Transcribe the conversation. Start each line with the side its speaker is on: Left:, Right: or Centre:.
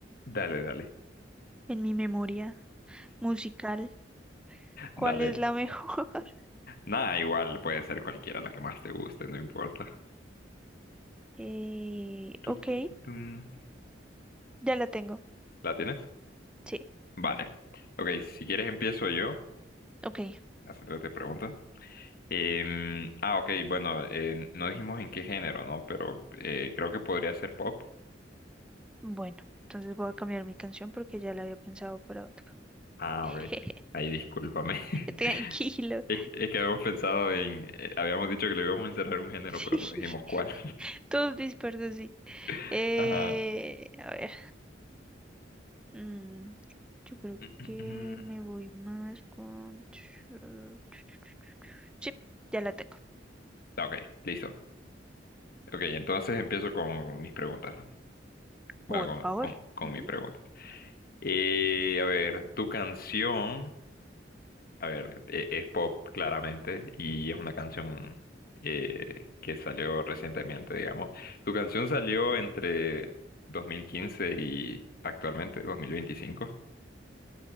Left: Dale, dale.
Centre: en mi memoria musical. ¿Cuál
Left: Dale.
Centre: es la mejor? <laughs>
Left: Nada, igual puede ser cualquiera la que más te guste, no importa.
Centre: Eh,
Left: Tu,
Centre: ok,
Left: tu, tu, tum.
Centre: ya la tengo.
Left: ¿La tienes?
Centre: Sí,
Left: Vale. Ok, si quieres empiezo yo,
Centre: ok.
Left: haciéndote pregunta. Em, ah, ok, bueno, eh, no dijimos en qué género, ¿no? Pero eh, creo que podría ser pop.
Centre: Bueno, entonces voy a cambiar mi canción porque ya la había pensado para otra.
Left: Ah,
Centre: <laughs>
Left: ok. Ahí discúlpame.
Centre: Tranquilo.
Left: <laughs> Es, que es que habíamos pensado en, eh, habíamos dicho que le íbamos a encerrar un género,
Centre: Sí,
Left: pero no
Centre: <laughs>
Left: dijimos cuál.
Centre: todos dispersos, sí.
Left: <laughs>
Centre: Eh,
Left: Ajá.
Centre: a ver. Mm, yo creo
Left: Mm,
Centre: que
Left: mm, mm.
Centre: me voy más con... <sniffs> Sí, ya la tengo.
Left: Ah, Ok, listo. Ok, entonces empiezo con mis preguntas, ¿no?
Centre: Por
Left: Bueno, con,
Centre: favor.
Left: con, con
Centre: Ujú.
Left: mi pregunta. Eh, a ver, tu canción. A ver, e- es pop claramente y es una canción eh, que salió recientemente, digamos. Tu canción salió entre 2015 y actualmente 2025.